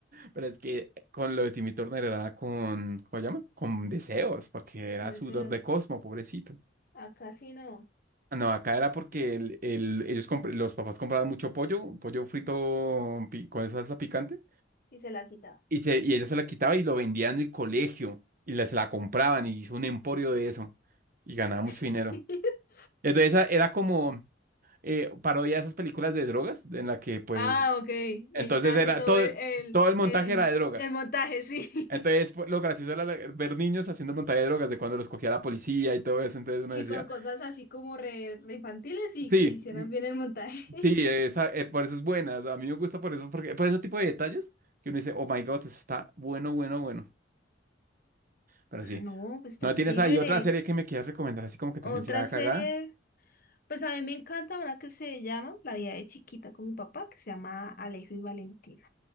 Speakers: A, on the right (about 45°); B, on the left (about 50°).
A: pero es que con lo de Timmy Turner era con, ¿cómo se llama? Con deseos, porque era
B: No
A: sudor
B: sé,
A: de Cosmo, pobrecito.
B: acá sí no,
A: Ah, No, acá era porque el, el- ellos compr- los papás compraban mucho pollo, pollo frito pi- con salsa picante,
B: y se la quitaba.
A: Y, se, y ella se la quitaba y lo vendía en el colegio y les la compraban y hizo un emporio de eso y ganaba mucho
B: <laughs>
A: dinero. Entonces esa era como eh, parodia de esas películas de drogas en la que pues
B: Ah, ok, y
A: entonces
B: ella hace
A: era
B: todo
A: todo,
B: el, el,
A: todo el montaje
B: el,
A: era de drogas.
B: el montaje, sí.
A: Entonces pues, lo gracioso era la- ver niños haciendo el montaje de drogas de cuando los cogía la policía y todo eso.
B: <laughs>
A: Entonces uno
B: Y
A: decía,
B: con cosas así como re, re infantiles y
A: sí,
B: que hicieran
A: mm,
B: bien el montaje.
A: sí, esa, eh, por eso es buena. o sea, a mí me gusta por eso, porque por ese tipo de detalles que uno dice, oh my God, eso está bueno, bueno, bueno. Pero
B: Ah,
A: sí.
B: no, pues está
A: ¿No tienes
B: chévere.
A: ahí otra serie que me quieras recomendar así como que
B: Otra
A: también sea
B: serie,
A: cagada?
B: pues a mí me encanta una que se llama La vida de chiquita con mi papá, que se llama Alejo y Valentina.